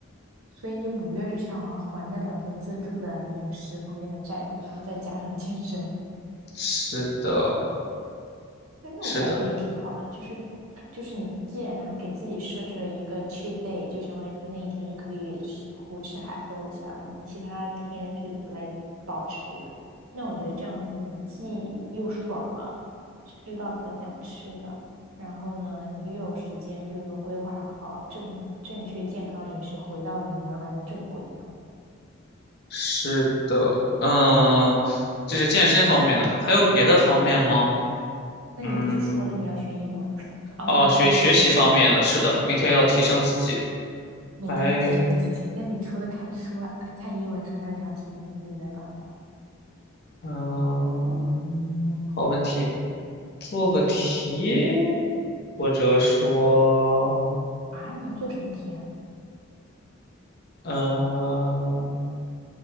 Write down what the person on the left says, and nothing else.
是的，
是的，
是的。嗯，这是健身方面的，还有别的方面吗？
嗯，
哦，
学学习方面的，是的，每天要提升自己。
哎，
嗯，好问题，做个题，或者说，
嗯。